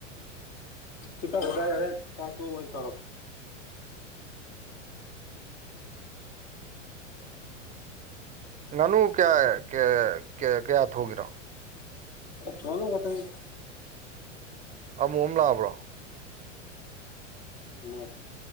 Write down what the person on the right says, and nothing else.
ꯉꯥꯅꯨ ꯀꯌꯥ ꯀ ꯀꯌꯥ ꯊꯣꯛꯒꯔꯣ
ꯑꯃꯨ ꯑꯃ ꯂꯥꯛꯑꯕ꯭ꯔꯣ